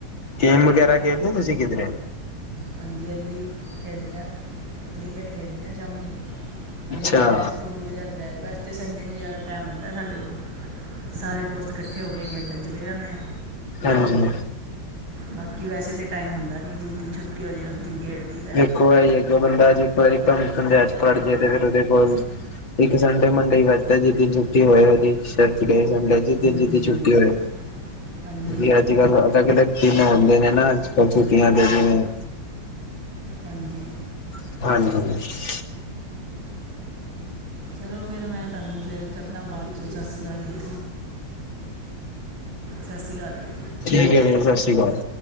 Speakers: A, on the left; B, on the right.
A: ਗੇਮ ਵਗੈਰਾ ਖੇਡਦੇ ਤੁਸੀਂ ਕਿਧਰੇ।
B: ਹਾਂਜੀ ਹਾਂਜੀ ਖੇਡਦੇ ਹਾਂ। ਕ੍ਰਿਕੇਟ ਖੇਡਦੇ ਹਾਂ ਸ਼ਾਮੀ। ਅਗਰ
A: ਅੱਛਾ
B: ਟਾਈਮ ਟੂ ਮਿਲ ਜਾਂਦਾ ਵੈਸੇ। ਤੇ ਸੰਡੇ ਨੂੰ ਜ਼ਿਆਦਾ ਟਾਈਮ ਹੁੰਦਾ ਸਾਡੇ ਕੋਲ ਤੇ ਸਾਰੇ ਦੋਸਤ ਇਕੱਠੇ ਹੋ ਕੇ ਖੇਡਣ ਚਲੇ ਜਾਂਦੇ ਹਾਂ।
A: ਹਾਂਜੀ।
B: ਬਾਕੀ ਵੈਸੇ ਤੇ ਟਾਈਮ ਹੁੰਦਾ ਨਹੀਂ। ਜਿਸ ਦਿਨ ਛੁੱਟੀ ਹੋ ਜਾਏ ਉਸ ਦਿਨ ਖੇਡ ਲਈਦਾ
A: ਇੱਕੋ ਵਾਰੀ ਅਗਰ ਬੰਦਾ ਜੇਕਰ ਇੱਕ ਵਾਰੀ ਕੰਮ 'ਚ ਫੜ ਜਾਏ ਤੇ ਫਿਰ ਉਹਦੇ ਕੋਲ। ਇੱਕ ਸੰਡੇ ਮੰਡੇ ਹੀ ਬਚਦਾ ਜਿਸ ਦਿਨ ਛੁੱਟੀ ਹੋਏ ਉਹਦੀ। ਗਏ ਸੰਡੇ 'ਚ ਜਿਸ
B: ਹਾਂਜੀ
A: ਜਿਸ ਦਿਨ ਛੁੱਟੀ
B: ਹਾਂਜੀ
A: ਹੋਵੇ।
B: ਹਾਂਜੀ
A: ਅੱਜ ਕੱਲ੍ਹ ਅਲੱਗ ਅਲੱਗ ਦਿਨ ਹੁੰਦੇ ਨੇ ਨਾ ਅੱਜ ਕੱਲ ਛੁੱਟੀਆਂ ਦੇ ਜਿਵੇਂ
B: ਹਾਂਜੀ
A: ਹਾਂਜੀ
B: ਚਲੋ ਫੇਰ ਮੈਂ ਤੁਹਾਨੂੰ ਫਿਰ ਕਰਦਾਂ ਬਾਅਦ 'ਚੋਂ ਸਤਿ ਸ਼੍ਰੀ ਅਕਾਲ ਜੀ ਸਸ੍ਰੀ ਅਕਾਲ ਜੀ
A: ਠੀਕ ਹੈ ਵੀਰ ਸਸ੍ਰੀ ਅਕਾਲ